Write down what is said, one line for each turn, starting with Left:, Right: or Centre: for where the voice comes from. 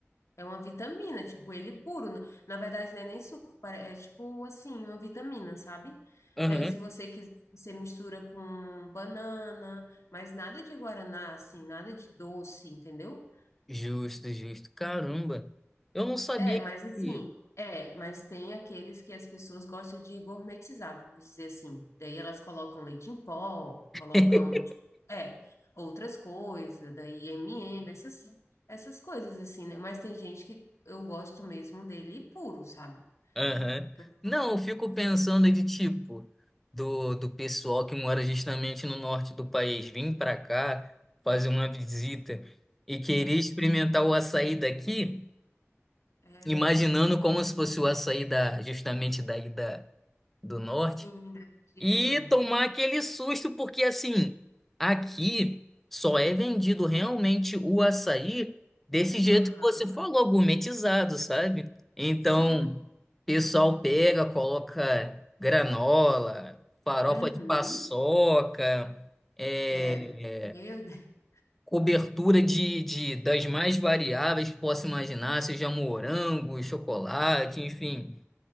Left: É uma vitamina, tipo, ele puro. Na na verdade, não é nem suco, pare- é tipo assim, uma vitamina, sabe?
Centre: Aham.
Left: Daí, se você quiser, você mistura com banana, mas nada de guaraná, assim, nada de doce, entendeu?
Centre: Justo, justo. Caramba. Eu não sabia
Left: É, mas assim,
Centre: que.
Left: é, mas tem aqueles que as pessoas gostam de gourmetizar, vamos dizer assim. Daí elas colocam leite em pó, colocam,
Centre: <laughs>
Left: tipo, é, outras coisas, daí M&M, essas, essas coisas assim, né? Mas tem gente que eu gosto mesmo dele puro, sabe?
Centre: Aham.
Left: Tanto
Centre: Não, eu fico
Left: não gosto.
Centre: pensando de tipo, do, do pessoal que mora justamente no norte do país vir para cá fazer uma visita e querer
Left: É,
Centre: experimentar o açaí daqui,
Left: é,
Centre: imaginando
Left: não.
Centre: como se fosse o açaí da, justamente daí da, do norte.
Left: Sim, da região,
Centre: E
Left: é.
Centre: tomar aquele susto, porque assim, aqui só é vendido realmente o açaí desse jeito
Left: Aham.
Centre: que você falou, gourmetizado, sabe? Então,
Left: Sim.
Centre: o pessoal pega, coloca granola, farofa
Left: Uhum.
Centre: de paçoca, é,
Left: É. Meu Deus.
Centre: cobertura de, de- das mais variáveis que possa imaginar, seja morango, chocolate, enfim.